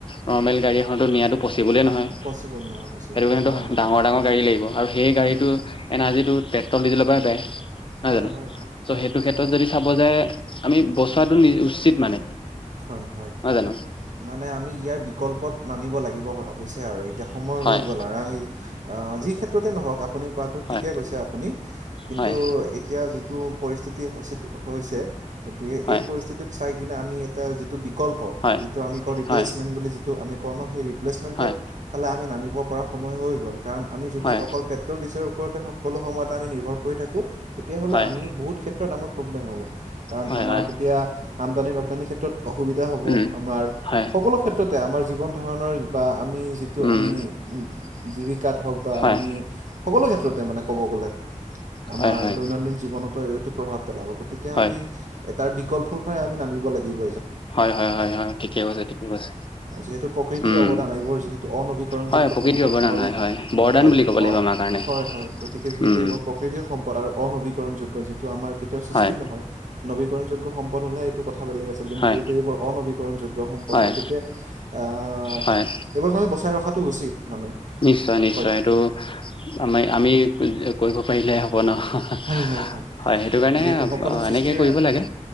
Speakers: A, on the left; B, on the right.
A: নৰ্মেল গাড়ী এখনতো নিয়াো পচি বলে নহয়
B: পচিবল নহয় পচিবল
A: সেইটো কাৰণো
B: সম্ভৱ নহয়
A: ডাঙৰ ডাঙৰ গাড়ী লাগিব আৰু সেই গাড়ীটো
B: হয়
A: এনাৰ্জিটো পেট্ৰল ডিজেলৰ পৰাই পায় নহয়
B: হয়
A: জানো
B: হয় হয়
A: চ'
B: হয়
A: সেইটো ক্ষেত্ৰত যদি চাব যায় আমি বচোৱাটো নি উচিত মানে
B: হয় হয়
A: নহয় জানো
B: মানে আমি ইয়াৰ বিকল্পত নামিব লাগিব হৈছে আৰু এতিয়া সময়
A: হয়
B: হৈ গ'ল আৰু আমি যি ক্ষেত্ৰতে নহওক আপুনি কোৱাটো
A: হয়
B: ঠিকে কৈছে আপুনি কিন্তু
A: হয়
B: এতিয়া যিটো পৰিস্থিতি হৈছে গতিকে
A: হয়
B: এই পৰিস্থিতিক চাই কিনে আমি এটা যিটো বিকল্প
A: হয়
B: যিটো আমি কওঁ ৰিপ্লেচমেট
A: হয়
B: বুলি যিটো আমি কওঁ ন সেই ৰিপ্লেচমেণ্টৰ
A: হয়
B: ফালে আমি নামি ' পৰা সময় হৈ গ'ল কাৰণ আমি যদি
A: হয়
B: অকল পেট্ৰল ডিজেলৰ ওপৰতে সকলো সময়তে আমি নিৰ্ভৰ কৰি থাকোঁ। তেতিয়াহ'লে
A: হয়
B: আমি বহুত ক্ষেত্ৰত আমাৰ প্ৰব্লেম হ'ব কাৰণ
A: হয়
B: আমাৰ
A: হয়
B: তেতিয়া আমদানি ৰপ্তানি ক্ষেত্ৰত অসুবিধা হব
A: উম
B: আমাৰ
A: হয়
B: সকলো ক্ষেত্ৰতে আমাৰ জীৱন ধাৰণৰ বা আমি যিটো
A: উম
B: আমি জীৱিকাত হওক বা
A: হয়
B: আমি সকলো ক্ষেত্ৰতে মানে ব গলে আমাৰ
A: হয় হয়
B: দৈনন্দিন জীৱনতো এইটো প্ৰভাৱ পেলাব গতিকে
A: হয়
B: আমি এ তাৰ বিকল্প ফ ফই আমি নামিব লাগিব
A: হয় হয় হয় হয় ঠিকে কৈছে ঠিকে কৈছে
B: যিহেতু প্ৰকৃতিৰ
A: উম
B: অৱদান এইবোৰ যিহেতু অনবীকৰণযোগ্য
A: হয় প্ৰকৃতিৰ
B: সম্পদ
A: অৱদান
B: নবী
A: হয় হয় বৰদান
B: হয়
A: বুলি ক'ব লাগিব
B: অ
A: আমাৰ কাৰণে
B: হয় হয় গতিকে যিহেতু
A: উম
B: এইবোৰ প্ৰকৃতিৰ সম্পদ অনবীকৰণ যোগ্ যিটো আমাৰ কেতিয়াও সৃষ্টি
A: হয়
B: নহয় নীকৰণ যোগ্য় সম্পদ হলেহে এইটো কথা বেলেগ আছে কিন্তু
A: হয়
B: যিহেতু এইবোৰ অনবীকৰণ যোগ্য সম্পদ
A: হয়
B: গতিকে আহ
A: হয়
B: এইবোৰ আমি বচাই ৰখা উচিত মানে
A: নিশ্চয় নিশ্চয়
B: হয়
A: এইটো আমি আমি কৰিব পাৰিলে সেইটো
B: হয় হয় হয়
A: কাৰণে
B: যিহেতু সকলো সৃষ্টিৰে
A: এনেক কৰিব লাগে